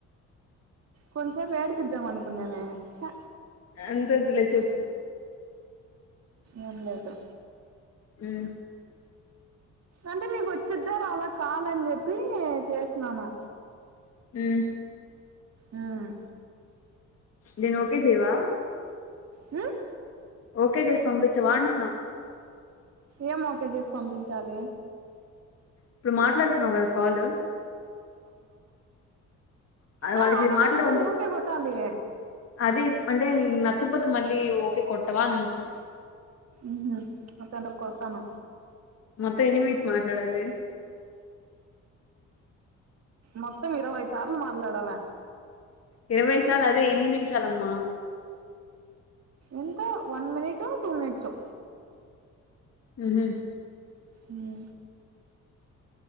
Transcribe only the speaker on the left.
అంత వద్దులే చెప్పు
మ్
ఉమ్
దిను ఓకే చెయవా
ఓకే చేసి పంపించవా అంట్న్నా
ఇప్పుడు మాట్లాడుతున్నావ్ గదా కాలు
వాళ్ళకి
ఇది మాట్లాడి పంపిస్
అదే అంటే నెన్ నచ్చపోతే మళ్ళీ ఓకే కొట్టవా అని అంటున్
మొత్తం ఎన్ని మినట్స్ మాట్లాడాలి
ఇరవైసాలు అదే ఎన్ని నిమిషాలమ్మా
ఉహు